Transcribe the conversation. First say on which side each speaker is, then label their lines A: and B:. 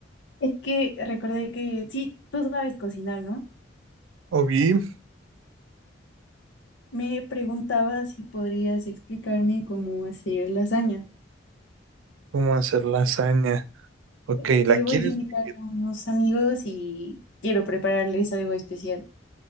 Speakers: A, on the left (about 65°); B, on the right (about 80°).
A: Es que recordé que sí, tú sabes cocinar, ¿no?
B: O bien,
A: Me preguntaba si podrías explicarme cómo hacer lasaña.
B: ¿cómo hacer lasaña? Ok,
A: Es que
B: ¿la quieres
A: voy a invitar
B: veget-
A: a unos amigos y quiero prepararles algo especial.